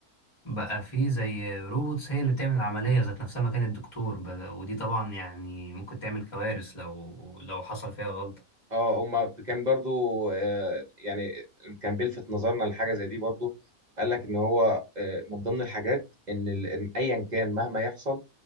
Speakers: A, on the left (about 25°); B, on the right (about 40°).
A: بقى في زي روبوتس هي اللي بتعمل العملية ذات نفسها مكان الدكتور بقى. ودي طبعا يعني ممكن تعمل كوارث لو لو حصل فيها غلطة
B: اه هما كان برضو آه، يعني كان بيلفت نظرنا لحاجه زي دي برضو قال لك ان هو آه، من ضمن الحاجات ان ال- إن ايا كان مهما يحصل